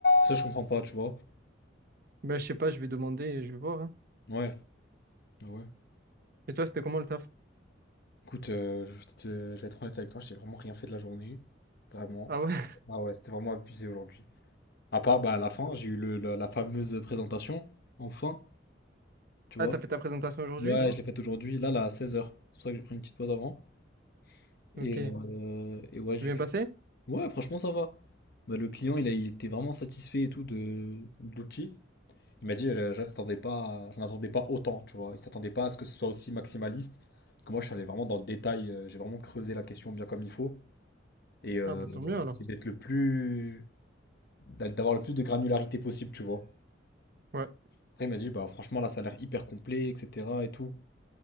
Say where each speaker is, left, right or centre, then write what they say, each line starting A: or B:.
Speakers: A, on the left; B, on the right.
A: Ça, je comprends pas, tu vois.
B: Ben, je sais pas, je vais demander et je vais voir. hein.
A: Ouais, bah ouais.
B: Et toi, c'était comment le taf?
A: Écoute, euh, je vais te- je vais être honnête avec toi, j'ai vraiment rien fait de la journée. Vraiment.
B: Ah ouais? <laughs>
A: Ah ouais, c'était vraiment abusé aujourd'hui. À part, bah, à la fin, j'ai eu le- le- la fameuse présentation, enfin, tu
B: Ah,
A: vois.
B: t'as fait ta présentation aujourd'hui?
A: Ouais, je l'ai faite aujourd'hui, là, là, à 16h. C'est pour ça que j'ai pris une petite pause avant. Et,
B: Ok. C'est
A: euh, et ouais, je
B: bien
A: l'ai fait.
B: passé?
A: Ouais, franchement, ça va. Bah, le client, il a, il était vraiment satisfait et tout de, de l'outil. Il m'a dit, euh, j'attendais pas, j'en attendais pas autant, tu vois. Il s'attendait pas à ce que ce soit aussi maximaliste. Parce que moi, je suis allé vraiment dans le détail, euh, j'ai vraiment creusé la question bien comme il faut. Et euh,
B: Ah, bah
A: j'ai
B: tant mieux alors.
A: essayé d'être le plus, d'a- d'avoir le plus de granularité possible, tu vois.
B: Ouais.
A: Après, il m'a dit, bah franchement, là, ça a l'air hyper complet, etc. et tout.